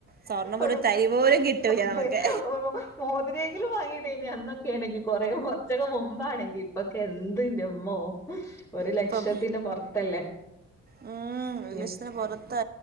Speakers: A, on the right; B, in the centre.
A: സ്വർണ്ണം
B: ഒരു
A: തരി പോലും കിട്ടൂല
B: അതെ
A: നമുക്ക്
B: ഒരു മോതിരെ ങ്കിലും വാങ്ങിടേനി അന്നൊ ക്കാണെങ്കിൽ കൊറേ കൊറച്ചൊക്കെ മുമ്പാണെങ്കി. ഇപ്പൊക്കെ എന്ത് ഇന്റമ്മോ. ഒരു ലക്ഷത്തിന്റെ
A: ഇപ്പം
B: പൊറത്തല്ലേ?
A: ഉം ഒരു
B: ഇനി
A: ലക്ഷത്തിന് പൊറത്താ